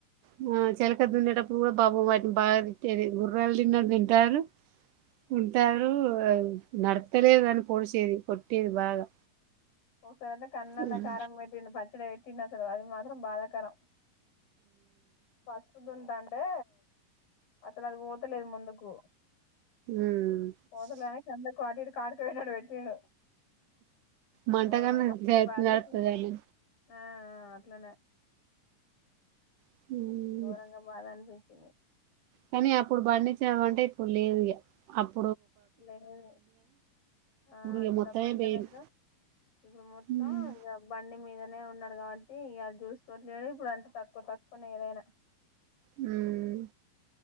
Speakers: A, on the right; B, on the left.
A: హ్మ్మ్ చెలక దున్నేటప్పుడు కూడా పాపం వాటిని బాగా తిట్టేది గుర్రాలు తిన్నట్టు తింటారు తింటారు ఆ నడ్ తెలియదు దాని పోడిసేది కొట్టిది బాగా
B: <unintelligible> కన్నన్న
A: ఉమ్
B: కారం పెట్టిండు పచ్చడి వెట్ తిన్న తరువాత మాత్రం బాగా కారం ఫాస్ట్ ఫుడ్ అంటే అక్కడ అది పోతలేదు ముందుకు
A: ఉమ్
B: పోతలేనని సండే <unintelligible> కానుకయినాడు వచ్చిండు
A: మంటగానే
B: గోర మస్తు బాధేసింది
A: నడుత్తది
B: ఆ ఆ అట్లనే
A: ఉమ్
B: ఘోరంగా బాధ అనిపించింది
A: కానీ అప్పుడు పండించిన పంట ఇప్పుడు లేదు ఇగ అప్
B: లేదు ఆ
A: ఇగ
B: ఇప్పుడు
A: మొత్తమే
B: పంటలేదు
A: పోయింది
B: ఇప్పుడు మొత్తం
A: ఉమ్
B: ఇగ బండి మీద నే ఉన్నాడు కాబట్టి ఇగ చూసుకోట్లేడు ఇప్పుడు అంత తక్కువ తక్కువనే ఏదైనా
A: హ్మ్మ్